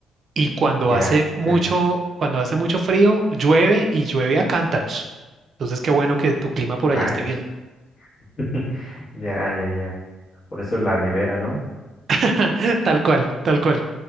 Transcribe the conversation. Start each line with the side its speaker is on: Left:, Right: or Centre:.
Right: y cuando
Left: Ya,
Right: hace mucho,
Left: ya, ya,
Right: cuando hace mucho frío, llueve y llueve a cántaros. Entonces, qué bueno que tu clima por
Left: rayos.
Right: allá esté bien.
Left: <laughs> Ya, ya, ya. Por eso la nevera, ¿no?
Right: <laughs> Tal cual, tal cual.